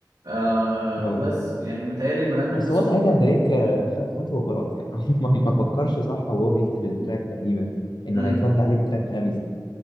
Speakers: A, on the right; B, on the left.
A: آه
B: اه
A: بس يعني متهيألي اللي غنى
B: بس
A: في السوبر
B: هو ساعتها دريك آه، خد خطوة غلط يعني <laughs> ما ما فكرش صح وهو بيكتب التراك تقريبا انه
A: مم.
B: هيترد عليه بتراك غبي زي ده.